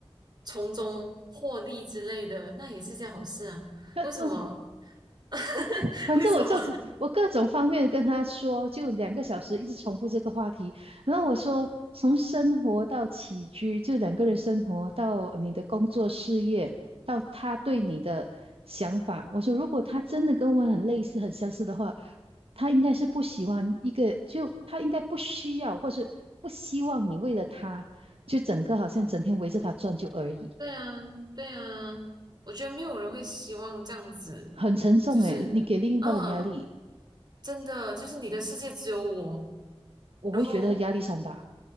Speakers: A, on the right; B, on the right.
A: 从中获利之类的，那也是件好事啊。
B: 那呃，
A: 为什么？<laughs>
B: 我反正我就是我各种方面跟他说，
A: 为什么？
B: 就两个小时一直重复这个话题。然后我说，从生活到起居，就两个人生活到你的工作事业，到他对你的想法。我说，如果他真的跟我很类似、很相似的话，他应该是不喜欢一个，就他应该不需要，或是不希望你为了他，就整个好像整天围着他转就而已，
A: 对啊，对啊，我觉得没有人会希望这样子，
B: 很沉重诶，
A: 就是，
B: 你给另一半的压力，
A: 嗯，真的，就是你的世界只有我，
B: 我会觉得压力山大。
A: 然后